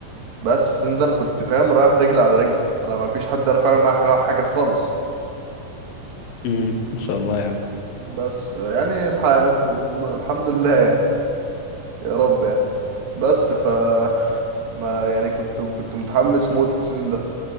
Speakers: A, on the right; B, on the left.
A: بس السن ده انا كنت فاهم رايح رجل على رجل انا ما فيش حد عارف اعمل معاه حاجه حاجة خالص
B: امم ان شاء الله يا عم
A: بس يعني الح... الحمد لله يعني يا رب يعني بس ف ما يعني كنت كنت متحمس موت للسيزون ده